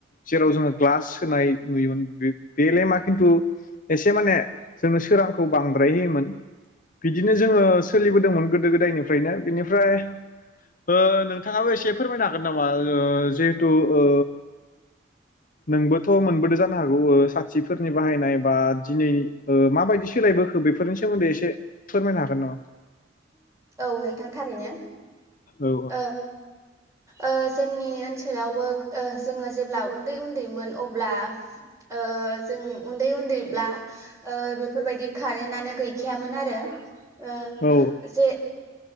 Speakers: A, on the left; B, on the right.
A: जेराव जोङो ग्लास सोनाय नुयोमोन। बे बे लेमा खिन्थु एसे माने जोंनो सोरांखौ बांद्राय होयोमोन। बिदिनो जोङो सोलिबोदोंमोन गोदो गोदायनिफ्रायनो बिनिफ्राय ओ नोंथाङाबो एसे फोरमायनो हागोन नामा ओ जिहेथु ओ नोंबोथ मोनबोदो जानो हागौ ओ साथिफोरनि बाहायनाय बा दिनै ओ माबायदि सोलायबोखो बेफोरनि सोमोन्दै एसे फोरमायनो हागोन नामा।
B: औ नोंथां थारैनो।
A: औ
B: ओ ओ जोंनि ओनसोल थोरावबो ओ जोङो जेब्ला उन्दै उन्दैमोन अब्ला ओ जों उन्दै उन्दैब्ला ओ बेफोरबायदि कारेन्टनो गैखायामोन आरो। ओ
A: औ
B: जे